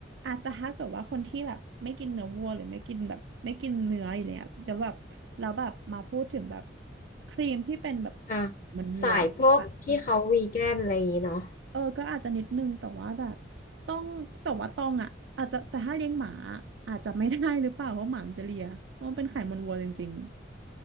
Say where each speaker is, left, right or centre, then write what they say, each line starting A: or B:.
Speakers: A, on the right; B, on the left.
A: อาจจะถ้าเกิดว่าคนที่แบบไม่กินเนื้อวัวหรือไม่กินแบบไม่กินเนื้ออย่างเงี้ยแล้วแบบแล้วแบบมาพูดถึงแบบครีมที่เป็นแบบ
B: อ่ะ
A: เหมันวัวอาจจะ
B: สายพวกที่เขาวีแกนอะไรอย่างงี้เนาะ
A: เออก็อาจจะนิดนึงแต่ว่าแบบต้องแต่ว่าตองอ่ะอาจจะแต่ถ้าเลี้ยงหมาอะอาจจะไม่ได้หรือเปล่าเพราะหมามันจะเลียเพราะมันเป็นไขมันวัวจริง